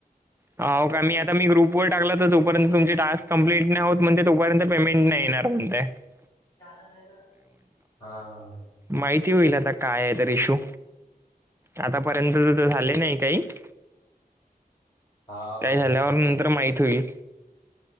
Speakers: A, on the right; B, on the left.
A: हाव का मी आता मी ग्रुपवर टाकला तर तोपर्यंत तुमचे टस्क कम्प्लीट नाही होत म्हणते तोपर्यंत पेमेंट नाही येणार णय <unintelligible>
B: नंद <unintelligible> हा हा
A: माहिती होईल आता काय आहे तर इशू आतापर्यंत तर -तर झाले नाही काही <inaudible>
B: हाव
A: काय
B: ना हो
A: झाल्यावर
B: ना
A: नंतर माहित होईल